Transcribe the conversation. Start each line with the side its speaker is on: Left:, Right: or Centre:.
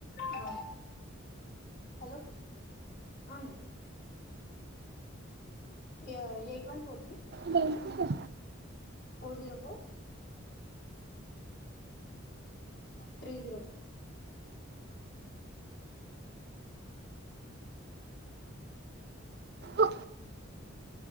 Left: ఆ హలో అ అన్య ఇగో ఎయిట్ వన్ ఫోర్ త్రీ
Right: బ <unintelligible>
Left: four zero four three zero three
Right: ఉ